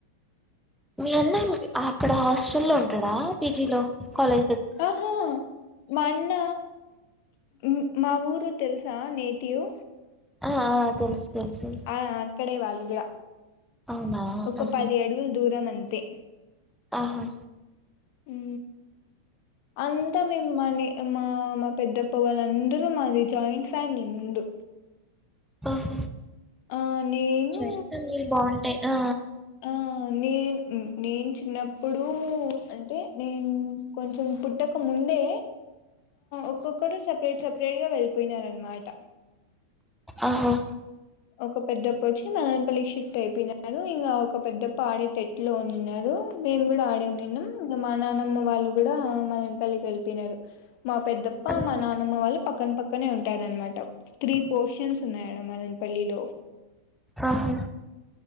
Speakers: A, in the centre; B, on the left.
A: మీ అన్నా మూవీ ఆర్ ఇక్కడ హాస్టల్ లో ఉంటాడా పీజీ లో కాలే
B: ఆహా మా అన్న ఉం మా ఊరు తెలుసా నేటివ్
A: హా హా తెలుసు తెలుసు
B: ఆ అక్కడే వాళ్లు గుడా
A: అవునా
B: ఒక
A: ఆహా
B: పది అడుగులు దూరం అం తే
A: ఆహా
B: ఉ అంతా మేము మనీ మా మా పెద్దత్త వాళ్లు అందరూ మాది జాయింట్ ఫ్యామిలీ ముందు
A: ఆహ
B: ఆ నేను
A: జాయింట్ ఫ్యామిలీలు బాగుంటాయి ఆ
B: ఆ నేను నేను చిన్నప్పుడు అంటే నేను కొంచెం పుట్టకముందే ఒక్కొక్కడు సపరేట్ సపరేట్ వేడిగా వెళ్ళిపోయినారన్ మాట
A: అహా
B: ఒక పెద్దత్త వచ్చి మదన్పల్లికి షిఫ్ట్ అయిపోయినరు ఇంకా ఒక పెద్దఅత్త ఆడిట్ ఇంట్లో ఉన్నినారు మేము కూడా ఆడే ఉనిన్నాం ఇంగా మా నానమ్మ వాళ్ళు కూడా మదన్పల్లికి వెళ్ళిపేనారు మా పెద్దప్ప
A: ఆహా
B: మా నానమ్మ వాళ్ళు పక్కన పక్కనే ఉంటారు అనమాట త్రీ పోర్షన్స్ ఉన్నాయి ఆడ మదన్ పల్లిలో
A: ఆహా